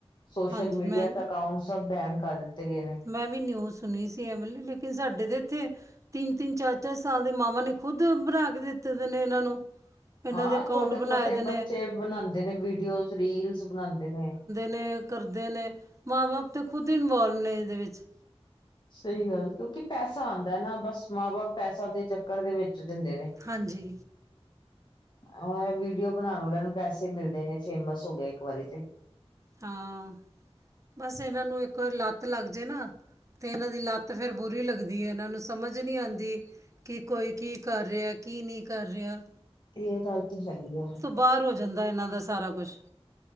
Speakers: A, on the left; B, on the right.
A: ਸੋਸ਼ਲ
B: ਹਾਂਜੀ
A: ਮੀਡੀਆ
B: ਮੈਂ
A: ਤੇ ਅਕਾਊਂਟ ਸਬ ਬੈਨ ਕਰ ਦਿੱਤੇ ਗਏ ਨੇ।
B: ਮੈਂ ਵੀ ਨਿਊਜ਼ ਸੁਣੀ ਸੀ ਐ ਵਾਲੀ ਲੇਕਿਨ ਸਾਡੇ ਤੇ ਇੱਥੇ ਤਿੰਨ-ਤਿੰਨ, ਚਾਰ-ਚਾਰ ਸਾਲ ਦੇ ਮਾਵਾਂ ਨੇ ਖੁੱਦ ਬਣਾ ਕੇ ਦਿੱਤੇ ਨੇ ਇਹਨਾਂ ਨੂੰ। ਇਹਨਾਂ
A: ਹਾਂ
B: ਦੇ ਅਕਾਊਂਟ
A: ਛੋਟੇ-ਛੋਟੇ
B: ਬਣਾਏ ਦੇ ਨੇ
A: ਬੱਚੇ ਬਣਾਉਂਦੇ ਨੇ ਵੀਡੀਓਜ਼, ਰੀਲਸ ਬਣਾਉਂਦੇ ਨੇ।
B: ਨੇ ਕਰਦੇ ਨੇ ਮਾਂ ਬਾਪ ਤੇ ਖੁਦ ਹੀ ਇਨਵੋਲਵ ਨੇ ਇਹਦੇ ਵਿੱਚ।
A: ਸਹੀ ਗੱਲ ਕਿਉਂਕਿ ਪੈਸਾ ਆਂਦਾ ਨਾ ਬਸ ਮਾਂ ਬਾਪ ਪੈਸਾ ਦੇ ਚੱਕਰ ਦੇ ਵਿੱਚ ਦਿੰਦੇ ਨੇ।
B: ਹਾਂਜੀ
A: ਆ ਵੀਡੀਓ ਬਣਾਉਣ ਵਾਲਿਆਂ ਨੂੰ ਪੈਸੇ ਮਿਲਦੇ ਨੇ ਫੇਮਸ ਹੋ ਗਏ ਇੱਕ ਵਾਰੀ ਤੇ।
B: ਹਾਂ ਬਸ ਇਹਨਾਂ ਨੂੰ ਇੱਕ ਵਾਰ ਲੱਤ ਲੱਗ ਜੇ ਨਾ ਤੇ ਇਹਨਾਂ ਦੀ ਲੱਤ ਫਿਰ ਬੁਰੀ ਲੱਗਦੀ ਹੈ ਇਹਨਾਂ ਨੂੰ ਸਮਝ ਨੀ ਆਉਂਦੀ। ਕਿ ਕੋਈ ਕੀ ਕਰ ਰਿਹਾ ਕੀ ਨੀ ਕਰ ਰਿਹਾ।
A: ਤੇ ਇਹ ਗੱਲ ਤਾਂ ਸਹੀ ਹੈ।
B: ਬਾਰ ਹੋ ਜਾਂਦਾ ਇਹਨਾਂ ਦਾ ਸਾਰਾ ਕੁਛ।